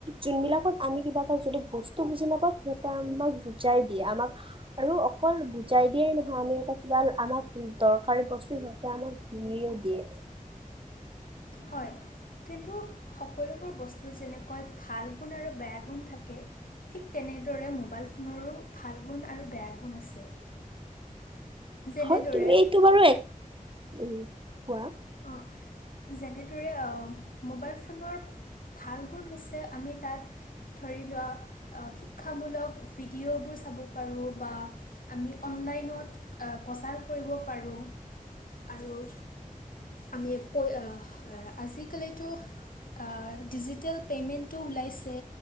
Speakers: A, on the right; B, on the left.
A: যোনবিলাকত আমি কিবা এটি যদি বস্তু বুজি নাপাওঁ সিহঁতে আমাক বুজাই দিয়ে। আমাক আৰু অকল বুজাই দিয়েই নহয় আমি এটা কিবা আমাক দৰকাৰী বস্তু সিহঁতে আমাক দিয়েও। দিয়ে।
B: হয়। কিন্তু সকলোবোৰ বস্তুৰ যেনেকৈ ভাল গুণ আৰু গুণ থাকে। ঠিক তেনেদৰে মোবাইল ফোনৰো ভাল গুণ আৰু বেয়া গুণ আছে। যেনেদৰে
A: হয়, তুমি এইটো বাৰু এক উম কোৱা।
B: অ', যেনেদৰে অ' মোবাইল ফোনৰ ভাল গুণ হৈছে আমি তাক ধৰি লোৱা শিক্ষামূলক ভিডিঅ'বোৰ চাব পাৰোঁ বা আমি অনলাইনত অ' প্ৰচাৰ কৰিব পাৰো আৰু আমি পয় আ আজিকালিতো অ', ডিজিটেল পেমেন্তটো ওলাইছে।